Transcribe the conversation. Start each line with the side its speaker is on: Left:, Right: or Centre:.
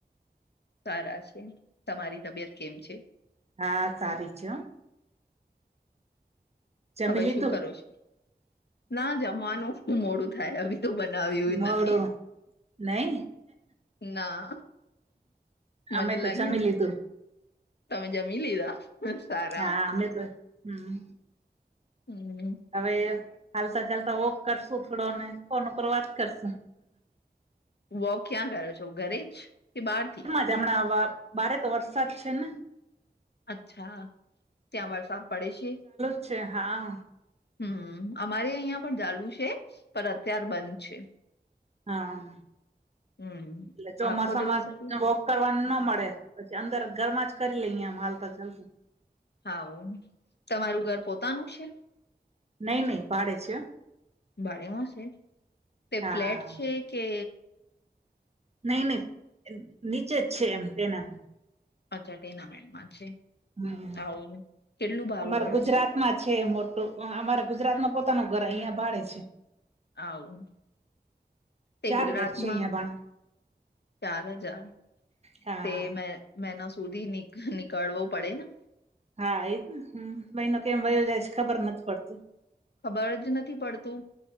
Left: સારા છે તમારી તબિયત કેમ છે?
Right: હા સારી છે જમી
Left: હવે
Right: લીધું
Left: શું કરો છો ના જમવાનુ મોડું થાય હવે બનાવ્યું
Right: મોડું
Left: નથી
Right: નઈ
Left: ના મને
Right: અમે તો
Left: લાગ્યું
Right: જમી લીધું
Left: તમે જમી લીધા સારા
Right: હા અમે તો હમ્મ
Left: હમ્મ
Right: હવે એ ચાલતા ચાલતા વોક કરશુ થોડોને ફોન ઉપર વાત કરશું
Left: વોક ક્યાં કર્યો છ હ ઘરે જ કે બહાર થી
Right: હમણાંવા બા રે તો વરસાદ છે ને?
Left: અચ્છા ત્યાં વરસાદ પડે છે
Right: ્ છે હા
Left: હમ અમારે અહિયાં પણ ચાલુ છે પણ અત્યાર બંધ છે
Right: હા
Left: હમ
Right: એ ચોમાસા
Left: આખો દિવસ
Right: માસ
Left: હતી
Right: વ <unintelligible> કરવા ન મળે પછી અંદર ઘરમાં જ કરી લઈ આમ હાલતા ચાલતા
Left: હા હો તમારું ઘર પોતાનું છે
Right: નહી નહી ભાડે છે
Left: ભાડે માં છે તે
Right: હા
Left: ફ્લેટ છે કે
Right: નહી નહી નીચે જ છે એમ તેના
Left: <inaudible> <inaudible> <unintelligible> <unintelligible> <inaudible> <inaudible>
Right: હમ
Left: આવું કેટલું ભારું
Right: અમાર
Left: પડે
Right: ગુજરાત
Left: છો
Right: માં છે મોટ અમારે ગુજરાત નુ પોતાનું ઘર અહિયાં ભાડે છે
Left: આવું તે
Right: ચાર
Left: ગુજરાતમાં
Right: હજાર છે અહિયાં બાનું
Left: ચાર હજાર
Right: હા
Left: તે મે મહિના સુધી નિકાલ વુ પડે ને
Right: હા એને ભનો કેમ વયો જાય છે ખબર નથી પડતી <unintelligible>
Left: ખબર જ નથી પડતું